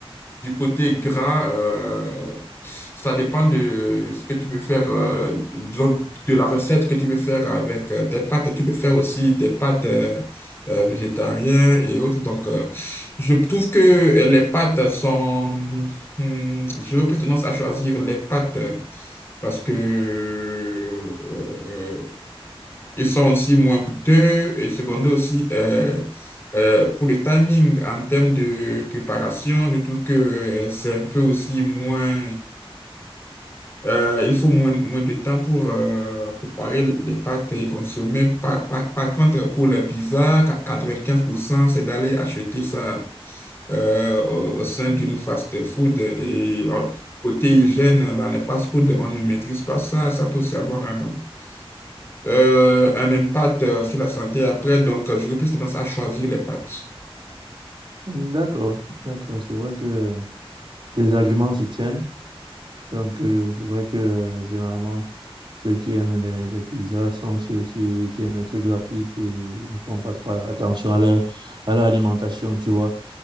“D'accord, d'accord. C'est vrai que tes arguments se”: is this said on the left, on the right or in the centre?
Right